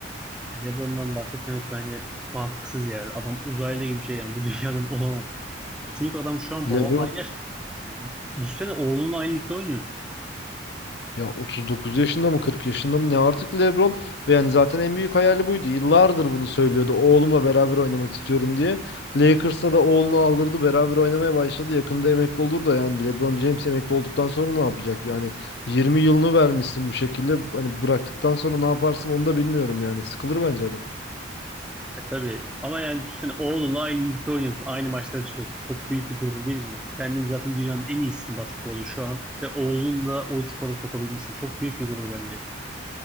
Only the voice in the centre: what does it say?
LeBron'dan bahsetmemek bence mantıksız ya. Adam uzaylı gibi bir şey yani bu dünyadan olamaz. Çünkü adam şu an
babamla aynı yaşta neredeyse. Düşsene oğlunla aynı ligde oynuyorsun.
E tabii. Ama yani düşünsene oğlunla aynı ligde oynuyorsun. Aynı maçlara çıkıyorsun. Çok büyük bir gurur değil mi? Kendini zaten dünyanın en iyisi basketbolu şu an. Ve oğlunu da o spora sokabilmişsin. Çok büyük bir gurur bence.